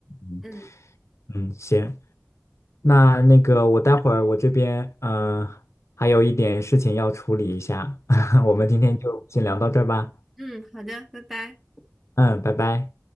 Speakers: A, on the left; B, in the centre.
A: 嗯
B: 嗯
A: 嗯，行，那那个我待会儿我这边呃还有一点事情要处理一下，<laughs> 我们今天就先聊到这儿吧。
B: 嗯，好的，拜拜。
A: 嗯，拜拜。